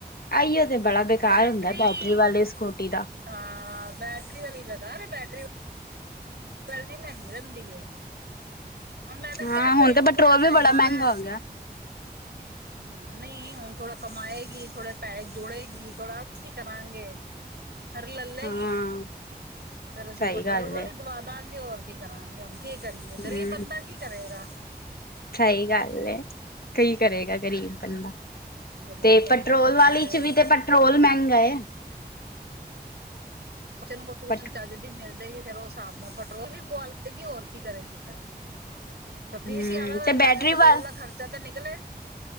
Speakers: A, on the left; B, on the right.
A: ਆਈਓ ਤੇ ਬੜਾ ਬੇਕਾਰ
B: ਬੈਟਰੀ
A: ਹੁੰਦਾ ਵਾਲੇ ਸਕੂਟੀ ਦਾ
B: ਹਾਂ ਬੈਟਰੀ ਵਾਲੀ ਬੇਕਾਰ ਏ ਬੈਟਰੀ ਵਾਲੀ ਨੀ ਲੈਣੀ ਰਹਿੰਦੀ ਏ। ਹੁਣ ਮੈਂ ਤਾਂ
A: ਹਾਂ
B: ਕਿਹਾ
A: ਹੁਣ
B: ਕੁੜੀ
A: ਤੇ
B: ਨੂੰ
A: ਪੈਟਰੋਲ
B: ਥੋੜੇ ਪੈਸੇ
A: ਵੀ ਬੜਾ
B: ਕਮਾ
A: ਮਹਿੰਗਾ
B: ਲੈ।
A: ਹੋ ਗਿਆ <inaudible>
B: ਹਾਂ ਨਹੀਂ ਹੁਣ ਥੋੜਾ ਕਮਾਏਗੀ ਥੋੜੇ ਪੈਸੇ ਜੋੜੇਗੀ ਥੋੜਾ ਅਸੀਂ ਕਰਾਂਗੇ। ਫਿਰ ਲੈ ਲੈਗੀ,
A: ਹਾਂ
B: ਫਿਰ ਅਸੀਂ
A: ਸਹੀ
B: ਪੈਟਰੋਲ
A: ਗੱਲ
B: ਵਾਲੀ
A: ਏ
B: ਦੇਵਾਂਦਾਗੇ ਹੋਰ ਕੀ ਕਰਾਂਗੇ ਹੁਣ ਕੀ ਕਰੀਏ ਗ਼ਰੀਬ
A: ਹਮ
B: ਬੰਦਾ ਕੀ ਕਰੇਗਾ।
A: ਸਹੀ ਗੱਲ ਏ। ਕੀ ਕਰੇਗਾ ਗਰੀਬ ਬੰਦਾ,
B: ਗਰੀਬ
A: ਤੇ
B: ਬੰਦਾ
A: ਪੈਟਰੋਲ
B: ਕੀ
A: ਵਾਲੀ
B: ਕਰੇ
A: 'ਚ ਵੀ ਤੇ ਪੈਟ ਪੈਟਰੋਲ ਮਹਿੰਗਾ ਏ।
B: ਬੱਚੇ ਨੂੰ ਕੋਈ ਟੂਸ਼ਨ
A: ਪਟ
B: ਚੱਜ ਦੀ ਮਿਲਜੇਗੀ ਫਿਰ ਉਹ ਹਿਸਾਬ ਨਾਲ ਪੈਟਰੋਲ ਵੀ ਪੁਆ ਲਏਗੀ ਹੋਰ ਕੀ ਕਰੇਗੀ ਫਿਰ। ਤੇ
A: ਹਮ
B: ਫੀਸ ਜ਼ਾਦਾ ਲੱਲਾ
A: ਤੇ ਬੈਟਰੀ
B: ਗੇ, ਪੈਟਰੋਲ
A: ਵੱਲ
B: ਦਾ ਖ਼ਰਚਾ ਤੇ ਨਿਕਲੇ।